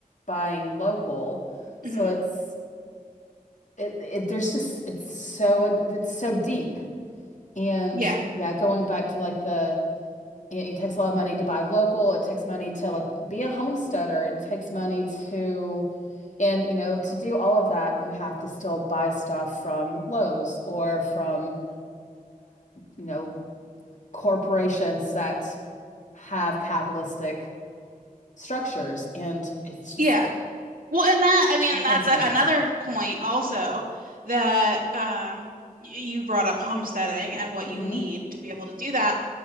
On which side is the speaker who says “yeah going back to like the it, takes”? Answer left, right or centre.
Left